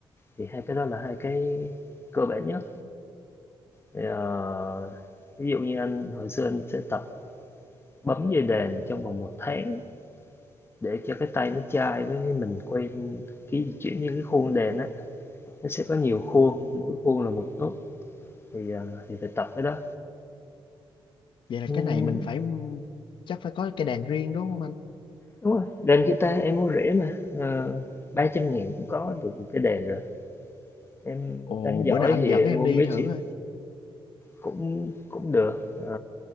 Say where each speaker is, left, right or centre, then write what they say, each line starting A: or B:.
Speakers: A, on the left; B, on the left.
A: thì hai cái đó là hai cái cơ bản nhất thì, ờ, ví dụ như anh hồi xưa anh sẽ tập bấm dây đàn trong vòng một tháng để cho cái tay nó chai với mình quen khi chuyển những cái khuôn đàn á nó sẽ có nhiều khuôn mỗi khuôn là một nốt thì ờ, thì phải tập cái đó
B: vậy là
A: Ừm,
B: cái này mình phải chắc phải có cái đàn riêng đúng không anh
A: đúng rồi đàn guitar em mua rẻ mà Ờ, ba trăm ngàn cũng có được một cái đàn rồi em
B: ồ
A: đánh giỏi
B: bữa nào anh
A: thì
B: dẫn
A: em
B: em
A: mua
B: đi
A: mấy
B: thử
A: triệu
B: coi
A: Cũng cũng được, ờ,